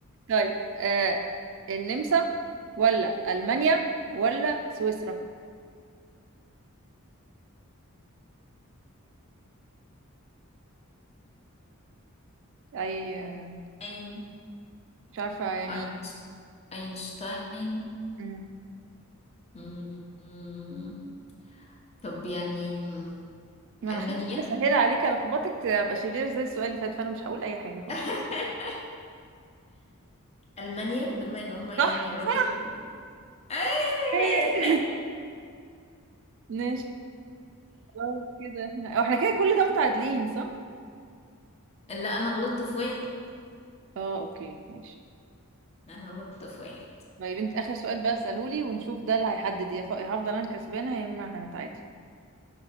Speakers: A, on the right; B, on the left.
A: طيب آه النمسا ولا المانيا ولا سويسرا اي آه،
B: أين
A: مش عارفة يعني
B: أينش- أينشتاين
A: مم.
B: مم. مم. طب يعني
A: ما انا
B: ألمانيا
A: خليت حاجة سهلة عليك لخبطك تبقى شرير زي السؤال اللي فات فانا مش هقول اي حاجة خالص
B: <laughs> ألمانيا بما إن هما
A: صح
B: يعني راجل
A: صح
B: <laughs> أي!
A: إيه. <laughs> ماشي خلاص كده احنا أو احنا كده كل ده متعادلين صح؟
B: لا انا غلطت في واحد
A: اه اوكي ماشي
B: انا غلطت في واحد
A: طيب انت اخر سؤال بقى اساله لي ونشوف ده اللي هيحدد يا ف- يا هفضل انا كسبانه يا اما هنتعادل